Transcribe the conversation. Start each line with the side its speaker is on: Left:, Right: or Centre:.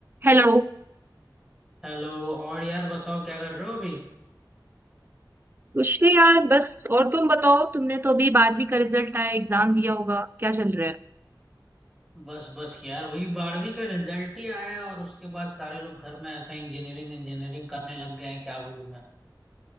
Right: Hello
Centre: Hello और यार बताओ क्या कर रहे हो अभी
Right: कुछ नहीं यार बस और तुम बताओ तुमने तो अभी बारहवीं का रिजल्ट आया एग्जाम दिया होगा क्या चल रहा है
Centre: बस बस यार वही बारहवीं का रिजल्ट ही आया और उसके बाद सारे लोग घर में ऐसा इंजीनियरिंग इंजीनियरिंग करने लग गए हैं क्या बोलूं मैं